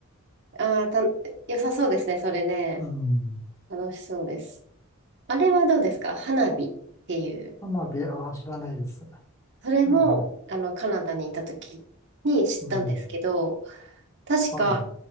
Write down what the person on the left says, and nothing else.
うん。
花火、まああ、知らないです。
ねえ、
うん。
はい。